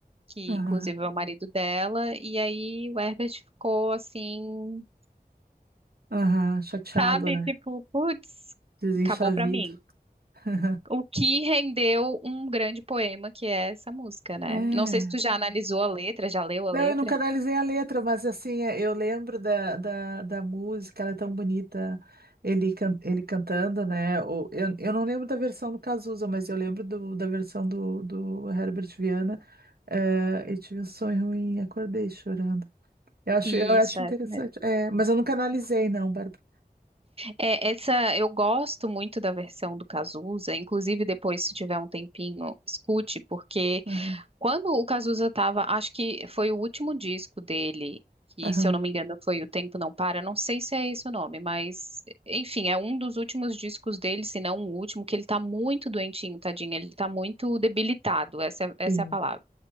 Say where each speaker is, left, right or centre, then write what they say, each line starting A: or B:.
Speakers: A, on the right (about 35°); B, on the right (about 70°).
A: que
B: Aham.
A: inclusive é o marido dela, e aí o Herbert ficou assim,
B: Aham. Chateado,
A: sabe,
B: né?
A: tipo, putz,
B: Desenchavido.
A: acabou pra mim.
B: <laughs>
A: O que rendeu um grande poema que é essa música, né?
B: É.
A: Não sei se tu já analisou a letra, já leu a
B: Não,
A: letra?
B: eu nunca analisei a letra, mas assim, é, eu lembro da, da, da música, ela é tão bonita, ele, can- ele cantando, né? Ou, eu, eu não lembro da versão do Cazuza, mas eu lembro do- da versão do, do Herbert Viana. É, eu tive um sonho ruim, acordei chorando. Eu acho,
A: Isso,
B: eu acho
A: é
B: interessante.
A: isso mesmo.
B: É, mas eu nunca analisei, não, Bárbara.
A: É, essa eu gosto muito da versão do Cazuza, inclusive depois, se tiver um tempinho, escute, porque
B: Aham,
A: quando o Cazuza estava, acho que foi o último disco dele, que
B: aham,
A: se eu não me engano foi O Tempo Não Para, não sei se é esse o nome, mas enfim, é um dos últimos discos dele, se não o último, que ele tá muito doentinho, tadinho, ele tá muito debilitado, essa é, essa
B: sim.
A: é a palavra.